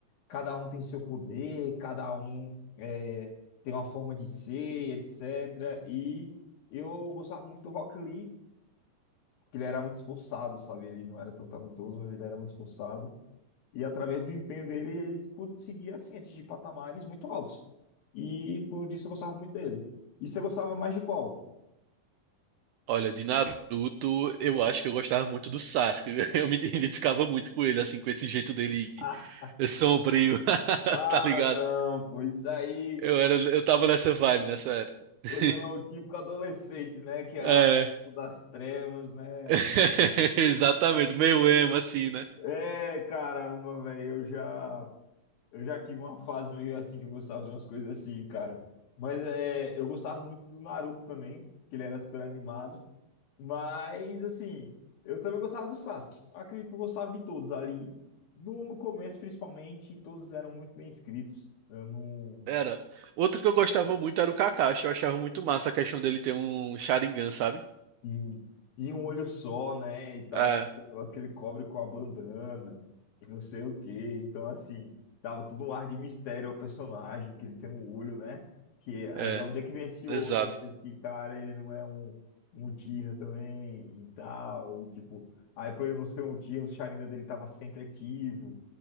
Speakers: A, on the left; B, on the right.
A: Cada um tem seu poder, cada um é, tem uma forma de ser, etc. E eu gostava muito do Rock Lee que ele era muito esforçado, sabe? Ele não era tão talentoso, mas ele era muito esforçado. E através do empenho dele, ele conseguia, assim, atingir patamares muito altos. E por isso eu gostava muito dele. E você gostava mais de qual?
B: Olha, de Naruto, eu acho que eu gostava muito do Sasuke. <laughs> Eu me identificava muito com ele, assim, com esse jeito dele
A: Ah,
B: sombrio, <laughs>
A: ah,
B: tá ligado?
A: não, pô, isso aí.
B: Eu era, eu tava nessa vibe nessa época. <laughs>
A: o Não, o típico adolescente, né? Que é
B: É,
A: ah, isso das trevas, né?
B: <laughs> exatamente, meio emo, assim, né?
A: É, caramba, velho, eu já, eu já tive uma fase meio assim que eu gostava de umas coisas assim, cara. Mas é, eu gostava muito do Naruto também, que ele era super animado. Mas, assim, eu também gostava do Sasuke. Acredito que eu gostava de todos ali. No, no começo, principalmente, todos eram muito bem escritos. Eu não.
B: Era. Outro que eu gostava muito era o Kakashi. Eu achava muito massa a questão dele ter um Sharingan, sabe?
A: Sim. E um olho só, né? E tal,
B: É,
A: tinha aquele negócio que ele cobre com a bandana e não sei o quê. Então, assim, dava todo um ar de mistério ao personagem, que ele tem um olho, né? Que aí
B: é,
A: da onde é que vem esse
B: exato.
A: olho? Esse cara, ele não é um, um Tira também e tal. E, tipo, aí por ele não ser um Tira, o Sharingan dele tava sempre ativo.